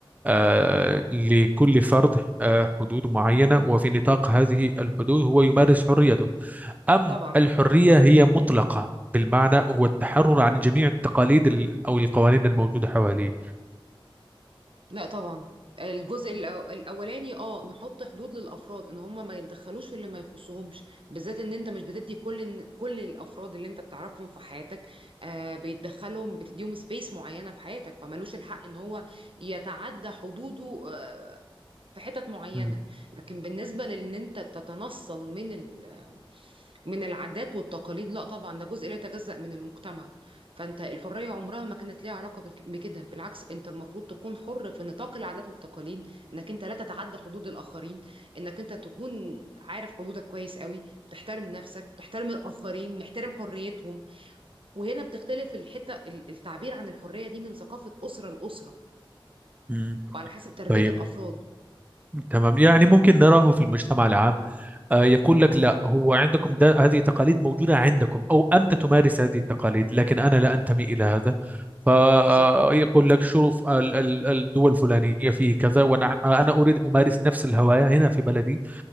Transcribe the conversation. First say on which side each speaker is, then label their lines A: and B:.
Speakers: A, on the right; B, on the right.
A: آه لكل فرد آه حدود معينة وفي نطاق هذه الحدود هو يمارس حريته أم
B: طبعا
A: الحرية هي مطلقة بالمعنى هو التحرر عن جميع التقاليد ال- أو القوانين الموجودة حواليه
B: لا طبعا الجزء الأو- الاولاني اه نحط حدود للافراد ان هم ما يتدخلوش في اللي ما يخصهمش بالذات ان انت مش بتدي كل الن- كل الافراد اللي انت بتعرفهم في حياتك آه بيتدخلهم بتديهم سبيس معينه في حياتك فمالوش الحق ان هو يتعدى حدوده آه في حتت معينه
A: مم.
B: لكن بالنسبه لان انت تتنصل من ال من العادات والتقاليد لا طبعا ده جزء لا يتجزأ من المجتمع فانت الحرية عمرها ما كانت ليها علاقة بالك- بكده بالعكس انت المفروض تكون حر في نطاق العادات والتقاليد انك انت لا تتعدى حدود الآخرين انك انت تكون عارف حدودك كويس قوي تحترم نفسك تحترم الآخرين محترم حريتهم وهنا بتختلف الحتة ال- التعبير عن الحرية دي من ثقافة أسرة لأسرة
A: مم.
B: وعلى حسب تربية
A: طيب
B: الأفراد
A: تمام يعني ممكن نراه في المجتمع العام آه، يقول لك لا هو عندكم ده هذه تقاليد موجودة عندكم أو أنت تمارس هذه التقاليد لكن أنا لا أنتمي إلى هذا فيقول
B: بالظبط
A: لك شوف ال- ال- الدول الفلانية فيه كذا وأنا أنا أريد أمارس نفس الهواية هنا في بلدي